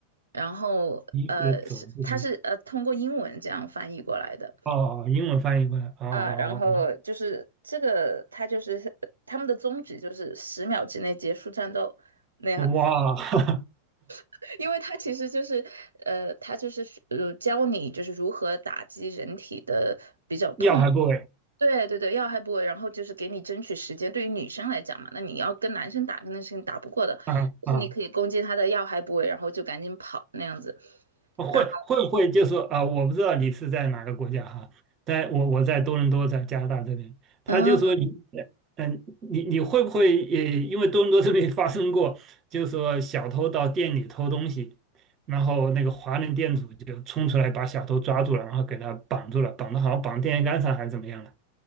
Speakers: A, on the right; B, on the right.
A: 然后呃是他是呃通过英文这样翻译过来的
B: 一个走步哦，英文翻译过来哦，
A: 啊，然后就是这个他就是他们的宗旨就是十秒之内结束战斗那样子，
B: 哦哦哇，<laughs>
A: <laughs> 因为他其实就是呃他就是呃教你就是如何打击人体的。比较痛。
B: 要还不为
A: 对对对，要害部位，然后就是给你争取时间。对于女生来讲嘛，那你要跟男生打，肯定是你打不过的，
B: 啊啊。
A: 就是你可以攻击他的要害部位，然后就赶紧跑那样子。
B: <laughs> 会会不会就是啊、
A: 然后
B: 我不知道你是在哪个国家哈，在我我在多伦多，在加拿大这边，他就说你，
A: 啊
B: 嗯，你你会不会也因为多伦多这边发生过，就是说小偷到店里偷东西，然后那个华人店主就冲出来把小偷抓住了，然后给他绑住了，绑的好像绑电线杆上还是怎么样了，